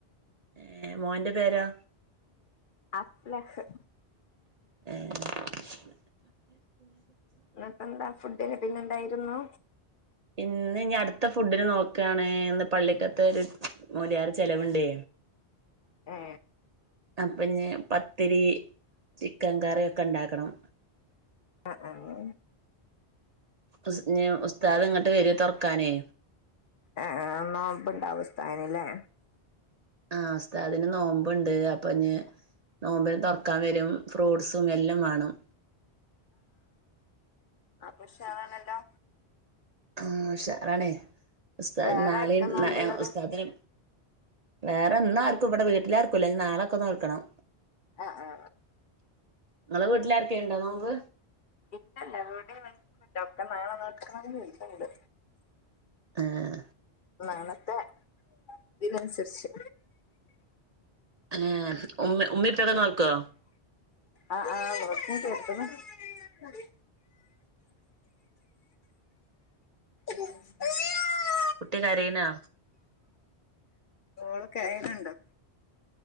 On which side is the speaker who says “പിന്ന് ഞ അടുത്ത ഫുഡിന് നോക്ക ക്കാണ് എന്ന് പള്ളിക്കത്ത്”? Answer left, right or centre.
Right